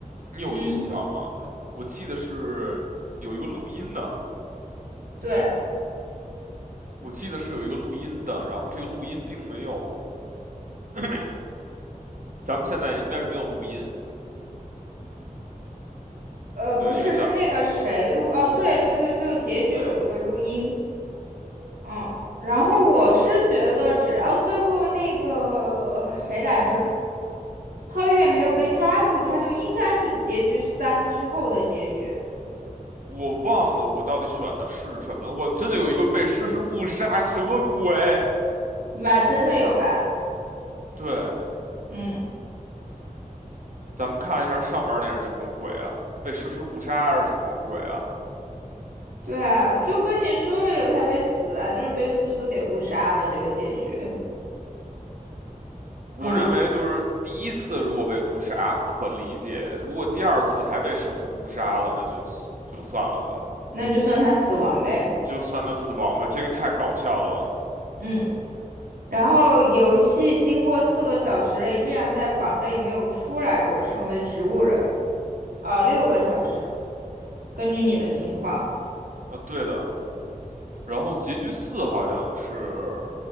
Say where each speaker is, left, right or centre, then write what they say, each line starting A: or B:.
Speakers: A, on the right (about 65°); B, on the right (about 85°).
A: 你有印象吗？
B: 嗯，
A: 我记得是有一个录音的，
B: 对，
A: 我记得是有一个录音的，然后这个录音并没有，<clears throat> 咱们现在应该是没有录音，
B: 呃，不是，
A: 对，因为咱们
B: 是那个谁录，哦，对对对，最后结局有一个录音。
A: 我
B: 嗯，然后我是觉得，只要最后那个谁来着，皓月没有被抓住，他就应该是结局三之后的结局，
A: 我忘了我到底选的是什么了，我真的有一个被诗诗误杀，什么鬼？
B: 吧？真的有吧？
A: 对，
B: 嗯，
A: 咱们看一下上面那是什么鬼啊？被诗诗误杀还是什么鬼啊？
B: 对啊，我就跟你说了，有他被死啊，就是被思思给误杀了这个结局。
A: 我认为就是第一次如果被误杀可理解，
B: 嗯，
A: 如果第二次还被实施误杀了，那就就算了吧，
B: 那就算他死亡呗。
A: 就算他死亡吧，这个太搞笑了。
B: 嗯，然后游戏经过四个小时了，依然在房内没有出来过，成为植物人。啊、六个小时，根据你的情况。
A: 呃，对的，然后结局四好像是